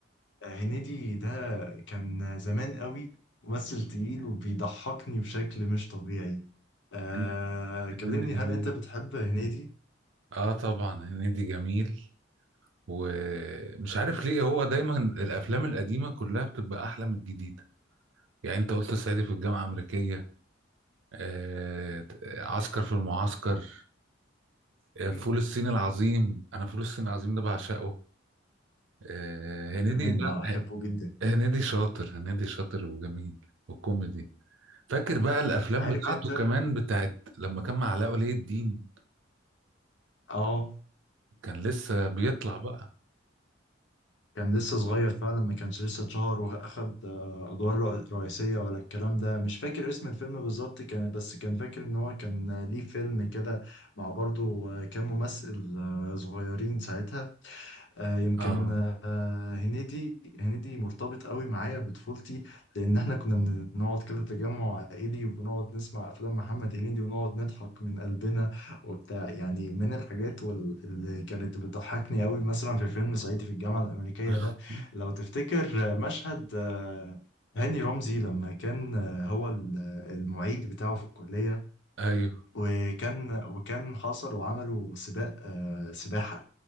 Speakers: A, on the left; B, on the right.
A: آه، هنيدي ده كان زمان قوي ممثل تقيل وبيضحكني بشكل مش طبيعي آه
B: هن- هنيدي
A: كلمني
B: جميل
A: هل انت بتحب هنيدي؟
B: اه طبعا هنيدي جميل ومش عارف ليه هو دايما الافلام القديمه كلها بتبقى احلى من الجديده يعني انت قلت الصعيدي في الجامعه الامريكيه آه... عسكر في المعسكر آه،
A: مم.
B: فول الصين العظيم انا فول الصين العظيم ده بعشقه آه،
A: انا
B: هنيدي
A: كمان
B: لا
A: بحبه
B: آه،
A: جدا
B: هنيدي شاطر هنيدي شاطر وجميل والكوميدي فاكر بقى الافلام
A: عارف
B: بتاعته
A: انت
B: كمان بتاعت لما كان مع علاء ولي الدين
A: اه
B: كان لسه بيطلع بقى
A: كان لسه صغير فعلا ما كانش لسه اتشهر واخد آه، ادوار رئ- رئيسية ولا الكلام ده مش فاكر اسم الفيلم بالظبط كان بس كان فاكر ان هو كان آه، ليه فيلم كده مع برضه آه، كام ممثل آه، صغيرين ساعتها آه، يمكن
B: اه
A: آه، هنيدي هنيدي مرتبط قوي معايا بطفولتي لان احنا كنا بنقعد كده تجمع عائلي وبنقعد نسمع افلام محمد هنيدي ونقعد نضحك من قلبنا وبتاع يعني من الحاجات وال- اللي كانت بتضحكني قوي مثلا في فيلم صعيدي في الجامعة الأمريكية
B: <laughs>
A: ده لو تفتكر آه، مشهد آه، هاني رمزي لما كان آه، هو ال- آه، المعيد بتاعه في الكلية
B: ايوه
A: وكان وكان حصل وعملوا سباق آه، سباحة